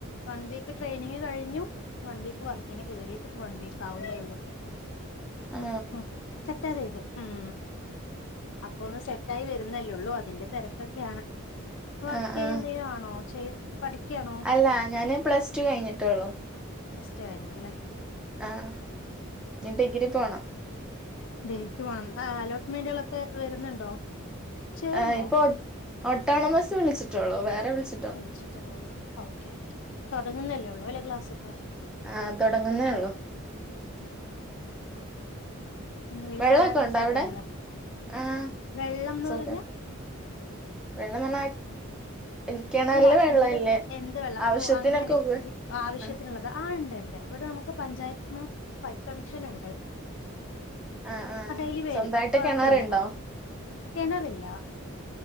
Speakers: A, on the left; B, in the centre.
A: വൺവീ ക്ക് ട്രെയിനിങ് കഴിഞ്ഞു വൺ വീക്ക് വർക്കിന് കേറിട്ട് ഇപ്പ വൺ വീക്ക് ആവുന്നേയുള്ളൂ
B: ആ
A: ഉം തെറ്റാതെ എഴുത് ഉം അപ്പൊ ഒന്ന് സെറ്റായി വരുന്നല്ലെള്ളൂ അതിന്റെ തെരക്കൊക്കെയാണ് വർക്കെയ്യാ
B: ആ ആ
A: എന്തേലും ആണോ ചെയ് പഠിക്കയാണോ
B: അല്ല ഞാന് പ്ലസ് ടു കഴിഞ്ഞിട്ടൊള്ളൂ
A: പ്ലസ് ടൂ കഴിഞ്ഞല്ലെ
B: ആഹ് ഇഞ്ഞി ഡിഗ്രി പോണം
A: ഡിഗ്രിക്ക് പോണം ആഹ് അലോട്ട്മെൻറ്റുകളൊക്കെ വരുന്നുണ്ടോ ചേർന്നോ
B: ആഹ് ഇപ്പൊ ഒട്ടോണമസ് വിളിച്ചിട്ടൊള്ളൂ വേറെ വിളിച്
A: വിളിച്ചിട്ടെയുള്ളു അല്ലേ ഓക്കേ ഓക്കെ തൊടങ്ങുന്നല്ലേ ഒള്ളൂ അല്ലേ ക്ലാസൊക്കെ
B: ആഹ് താകടങ്ങുന്നേയുള്ളു
A: ഉം വീട്ടിലെല്ലാർക്കും
B: വെള്ളവെക്കെ ഉണ്ടോ
A: സുഖല്ലേ
B: അവിടെ ആഹ്
A: വെള്ളംന്ന്
B: സുഖം
A: പറഞ്ഞ
B: വെള്ളം വന്നാ റ്റ് കെണർല്
A: അല്ല
B: വെള്ളവില്ലേ
A: എന്ത് എന്ത് വെള്ളം
B: ആവശ്യത്തിനൊക്കെ
A: ഓ അങ്ങനെ
B: ഉപ
A: ആവശ്യത്തിനുള്ളത്
B: ആഹ്
A: ആഹ് ഇണ്ട് ഇണ്ട് ഇവടെ നമുക്ക് പഞ്ചായത്ത് ഉം പൈപ്പ് കണഷനും ഉണ്ട്
B: ആഹ് ആഹ്
A: ആ ഡെയ്ലി വരും
B: സ്വന്തായിട്ട്
A: കാെഴപ്പയില്ല
B: കിണറുണ്ടോ
A: കെണറില്ല